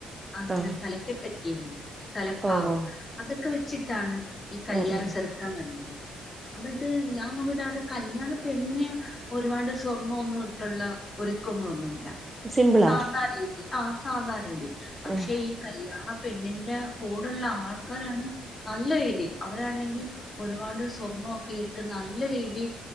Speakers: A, on the left; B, on the right.
A: അങ്ങനെ.
B: ആഹ്
A: തലക്കെ ക്കെഉണ്ട് തലപ്പാവ്
B: ഓഹോ
A: അതൊക്കെ വെച്ചിട്ടാണ് ഈ കല്യാണ
B: ഉം ഉം
A: ചെറുക്കം വരുന്ന എന്നിട്ട് ഞാൻ നോക്കിട്ട് അവിടെ കല്യാണ പെണ്ണിന് ഒരുപാട് സ്വർണം ഒന്നും ഇട്ടുള്ള ഒരുക്കങ്ങളൊന്നുമില്ല
B: സിമ്പിളാ
A: സാധാരീതി ആ സാധാ രീതി പക്ഷെ
B: ഉം
A: ഈ കല്യാണ പെണ്ണിന്റെ കൂടെള്ള ആൾക്കാരാണ് നല്ല വേലി അവരാണെങ്കിൽ ഒരുപാട് സ്വർണൊക്കെ ഇട്ട് നല്ല രീതിൽ